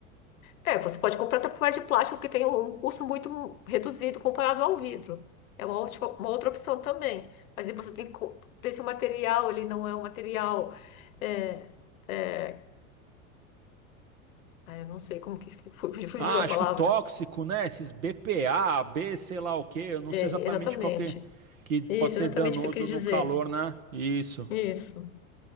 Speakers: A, on the left; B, on the right.
A: É, você pode comprar tapuér de plástico que tem um custo muito reduzido comparado ao vidro. É uma ótima, uma outra opção também. Mas aí você tem que co- ver se o material ele não é um material. É, é, ah, eu não sei como que que fu- <laughs> fugiu
B: Ah,
A: a
B: acho
A: palavra.
B: que tóxico, né? Esses BPA, B, sei lá o quê. Eu não
A: É,
B: sei exatamente
A: exatamente.
B: qual que, que pode
A: Isso,
B: ser
A: exatamente
B: danoso
A: o que eu quis
B: no
A: dizer.
B: calor, né? Isso.
A: Isso.